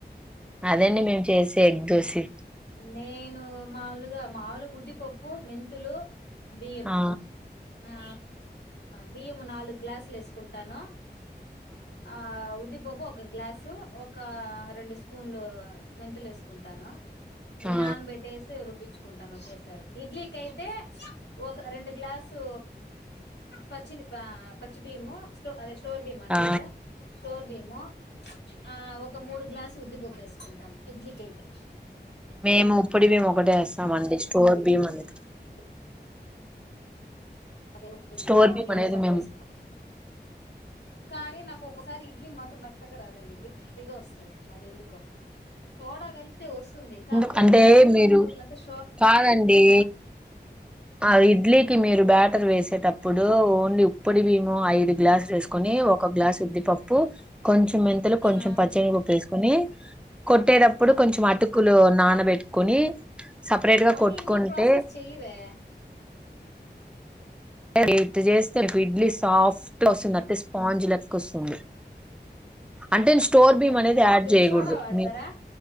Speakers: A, on the left; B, in the centre.
A: ఓకే
B: అదండి మేము
A: ఓకే
B: చేసే ఎగ్ దొసి
A: నేను మాములుగా మాములుగా ఉద్దిపప్పు మెంతులు బియ్యము
B: ఆ
A: ఆ బియ్యము నాలుగు గ్లాసులు వేసుకుంటాను ఆ ఉద్దిపప్పు ఒక గ్లాసు ఒక రెండు స్పూన్లు మెంతులు వేసుకుంటాను ఇవి
B: ఆ
A: నాన పెట్టేసి రుబ్బించుకుంటాను ఒకేసారి ఇడ్లీ కైతే ఒక రెండు గ్లాస్ సో పచ్చి పచ్చి బీయము స్టో అదే స్టోర్ బీయము అంటారు
B: ఆ
A: కదా స్టోర్ బీయము ఆ ఒక మూడు గ్లాస్ ఉద్దిపప్పు వేసుకుంటాం ఇడ్లికైతే
B: మేము ఉప్పుడి బియ్యం ఒకటే ఏస్తామండి స్టోర్ బీయమ్ అనే
A: స అదే ఇప్పుడిది
B: స్టోర్ బియ్యం
A: అట్లా
B: అనేది
A: వేసుకొని
B: మేము
A: చేసుకుంటా ప్చ్ ఒకసారి ఇడ్లీ మాత్రం మెత్తగా రాదండి గట్టిగా వస్సది అది ఎందుకో సోడా కలిపి తే వస్సుంది కాకపోతే
B: ఎందుకు అంటే
A: బయట పల్లెటూరులంతా
B: మీరు
A: షో
B: కాదండి
A: ఆ
B: ఆ ఇడ్లీకి మీరు బ్యాటర్ వేసేటప్పుడు ఓన్లీ ఉప్పుడి బియ్యము ఐదు గ్లాసులు వేస్క్ కొని ఒక గ్లాస్ ఉద్దిపప్పు కొంచెం మెంతులు కొంచెం
A: ఆ
B: పచ్చెనిపప్పు వేసుకుని కొట్టేటప్పుడు
A: ఆ
B: కొంచెం అటుకులు నానబెట్టుకుని సపరేట్ గా
A: మనీ
B: కొట్టుకుంటే
A: ఇన్ని ప్రాసెస్ చెయ్యరే
B: రేపు ఇట చేస్తే రేపు ఇడ్లీ సాఫ్ట్ గా వస్తుంది
A: హ్మ్.
B: అయితే స్పాంజ్ లా కో వస్సుంది అంటే స్టోర్
A: అవునా
B: బియ్యము అనేది యాడ్
A: మీరు
B: చేయకూడదు
A: సోడా వాడతారా
B: మీ